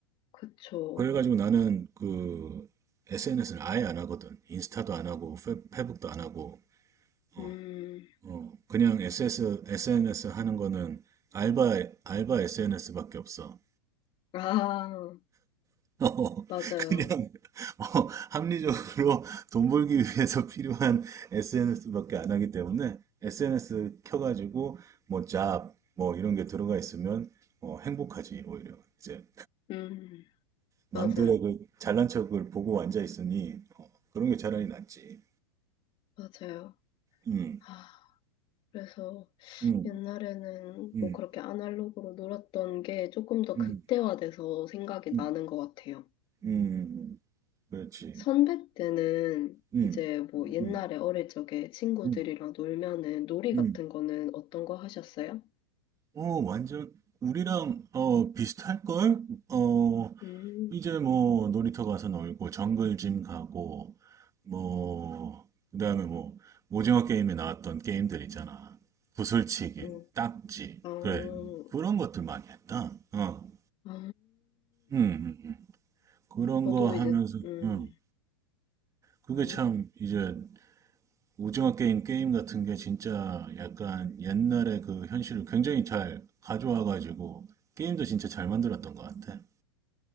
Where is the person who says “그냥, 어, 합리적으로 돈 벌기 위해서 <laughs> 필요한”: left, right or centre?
Right